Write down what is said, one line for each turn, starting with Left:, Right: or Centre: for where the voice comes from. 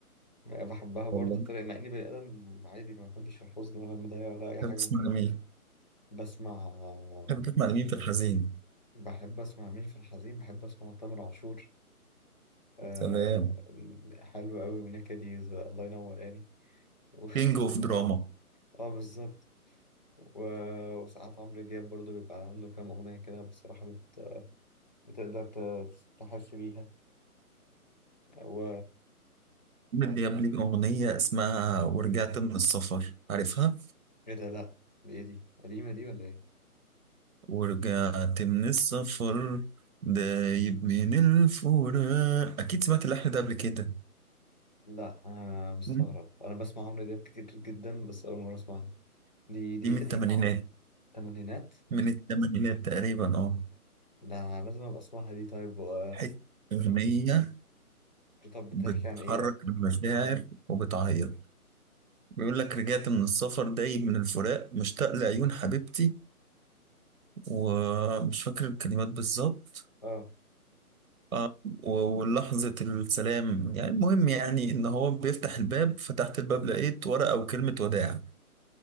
Left: بحبها برضو
Right: والله
Left: بطريقة مع اني بني ادم عادي ما بحبش الحزن ولا المضايقة ولا اي
Right: تحب
Left: حاجة
Right: تسمع
Left: من الكلام
Right: لمين؟
Left: ده بسمع آه،
Right: تحب تسمع لمين في الحزين؟
Left: بحب اسمع مين في الحزين بحب اسمع تامر عاشور آه
Right: سلام
Left: حلو قوي ونكديز الله ينور يعني و-
Right: كينج أوف دراما
Left: <laughs> اه بالظبط و- وساعات عمرو دياب برضو بيبقى عنده كام أغنية كده بصراحة بت... بتقدر ت- تحس بيها و
Right: عمرو دياب ليه أغنية اسمها ورجعت من السفر عارفها؟
Left: ايه ده لأ دي ايه دي قديمة دي ولا ايه؟
Right: ورجعت من السفر دايب من الفراق أكيد سمعت اللحن ده قبل كده
Left: لأ أنا مستغرب
Right: م?
Left: أنا بسمع عمرو دياب كتير جدا بس أول مرة أسمعها دي دي
Right: دي من
Left: قديمة
Right: التمانينات
Left: ولا تمانينات؟
Right: من التمانينات تقريبا اه
Left: ده أنا لازم أبقى أسمعها دي طيب و...
Right: حتة أغنية
Left: طب بتحكي
Right: بتحرك
Left: عن ايه بقى؟
Right: المشاعر وبتعيط بيقول لك رجعت من السفر دايب من الفراق مشتاق لعيون حبيبتي ومش فاكر الكلمات بالظبط
Left: اه
Right: آه، و- ولحظة السلام يعني المهم يعني إن هو بيفتح الباب فتحت الباب لقيت ورقة وكلمة وداع